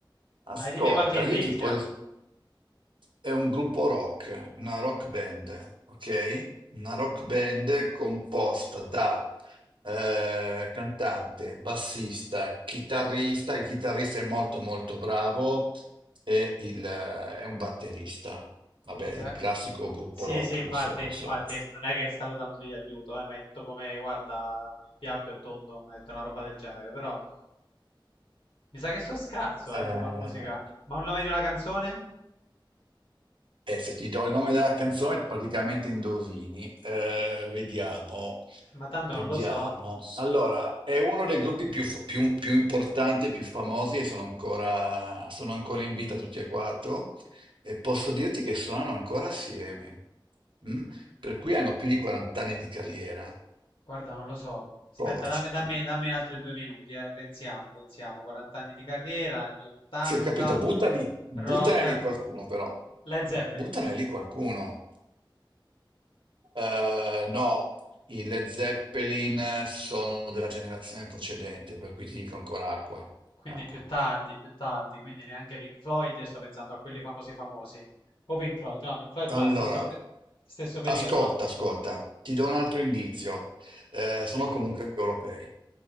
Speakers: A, on the right; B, on the left.
A: Ascolta,
B: Dai, dimmi qualche indizio.
A: io ti, po- è un gruppo rock, una rock band, ok? Una rock band composta da eh, cantante, bassista, chitarrista, il chitarrista è molto molto bravo e il, eh, è un batterista. Vabbè,
B: Mi sa...
A: il classico gruppo
B: Sì,
A: rock,
B: sì, infatti,
A: lo so, lo
B: infatti,
A: so.
B: non è che è stato tanto di aiuto, eh, mi hai detto come, guarda, il piatto è tondo, hai detto una roba del genere, però mi sa che so scarso,
A: Eh,
B: eh, sulla musica. Ma un nome di una canzone?
A: eh, se ti do il nome della canzone, praticamente indovini. Eh, vediamo.
B: Eh, ma tanto
A: Vediamo.
B: non lo so,
A: Allora, è uno dei gruppi più, f- più- più importanti e più famosi e sono ancora, sono ancora in vita tutti e quattro e posso dirti che suonano ancora assieme, mm? Per cui hanno più di 40 anni di carriera.
B: guarda, non lo so. Aspetta,
A: Provaci.
B: dammi, dammi, dammi altri due minuti, eh, pensiamo, pensiamo. 40 anni di carriera, anni 80,
A: Sì, ho capito, buttali, buttane
B: rock,
A: lì qualcuno però,
B: Led Zeppelin.
A: buttane lì qualcuno. Eh, no, i Led Zeppelin sono della generazione precedente, per cui ti dico ancora acqua,
B: Quindi
A: acqua.
B: più tardi, più tardi, quindi neanche Pink Floyd, io sto pensando a quelli famosi famosi. O Pink Floyd, no, Pink Floyd no,
A: Allora,
B: è stesso, eh, stesso periodo,
A: ascolta,
B: no?
A: ascolta, ti do un altro indizio. Eh, sono comunque europei,